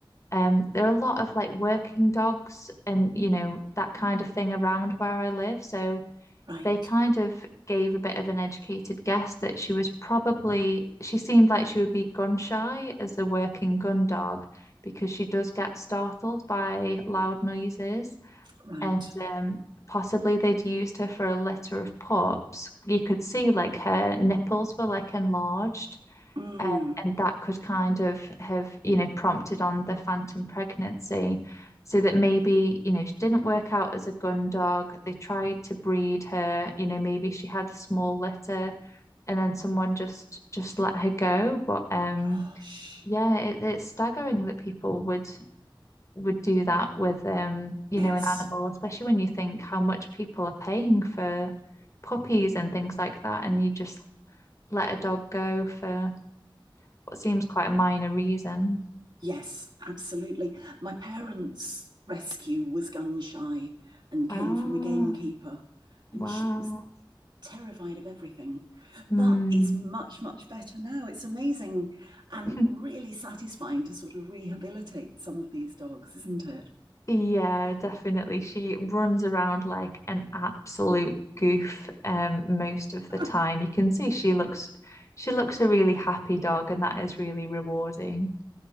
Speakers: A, on the left; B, on the right.
A: um, there are a lot of like working dogs and you know, that kind of thing around where I live. So
B: right
A: they kind of gave a bit of an educated guess that she was probably, she seemed like she would be gun shy as a working gun dog because she does get startled by loud noises.
B: right
A: And um, possibly they'd used her for a litter of pups. You could see like
B: <gasps>
A: her nipples were like enlarged
B: mm,
A: um, and that could kind of have, you know, prompted on the phantom pregnancy. So that maybe, you know, she didn't work out as a gun dog. They tried to breed her, you know, maybe she had a small litter and then someone just just let her go. But um
B: gosh
A: yeah, it, it's staggering that people would would do that with um, you
B: yes
A: know, an animal, especially when you think how much people are paying for puppies and things like that, and you just let a dog go for what seems quite a minor reason.
B: Yes, absolutely. My parents' rescue was gun shy and came
A: Ah,
B: from a gamekeeper, and
A: wow.
B: she was terrified of everything,
A: Hmm.
B: but is much, much better now. It's amazing and
A: <laughs>
B: really satisfying to sort of rehabilitate some of these dogs, isn't it?
A: Yeah, definitely. She runs around like an absolute goof um most of the
B: <laughs>
A: time. You can see she looks she looks a really happy dog and that is really rewarding.